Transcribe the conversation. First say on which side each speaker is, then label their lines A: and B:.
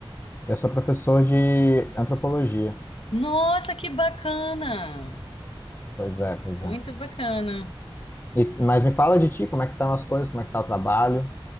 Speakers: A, on the left; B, on the left.
A: Eu sou professor de antropologia.
B: Nossa, que bacana!
A: Pois é, pois
B: Muito
A: é.
B: bacana.
A: E- mas me fala de ti, como é que estão as coisas, como é que tá o trabalho?